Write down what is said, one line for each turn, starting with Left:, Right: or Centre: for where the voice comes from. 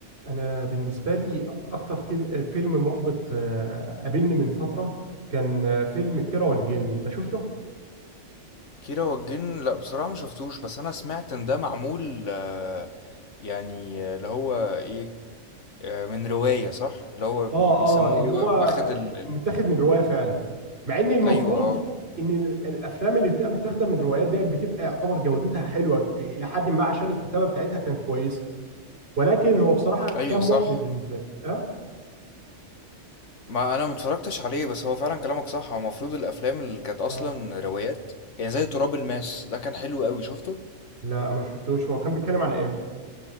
Right: انا بالنسبه لي اكتر كل... فيلم محبط آه، قابلني من فتره كان آه، فيلم كيرة والجن انت شفته
Left: كيرة والجن لا بصراحة ما شفتوش بس انا سمعت ان ده معمول آه، يعني آه، اللي هو ايه آه، من رواية صح اللي هو
Right: اه
Left: بي بيسموه
Right: اه اللي
Left: ايه وا-
Right: هو
Left: واخد ال... ال-
Right: متاخد من روايه فعلا مع ان المفروض
Left: ايوه اه
Right: ان ال- الافلام اللي بتبقى متاخده من روايات دي بتبقى يعتبر جودتها حلوه الى حد ما عشان الكتابه بتاعتها كانت كويسه ولكن هو بصراحه
Left: ايوه
Right: كان محبط
Left: صح
Right: بالنسبه لي اه,
Left: ما انا متفرجتش عليه بس هو فعلا كلامك صح هو المفروض الافلام اللي كانت اصلا
Right: آه.
Left: روايات يعني زي تراب الماس ده كان حلو قوي شفته
Right: لا ما شفتوش هو كان بيتكلم عن ايه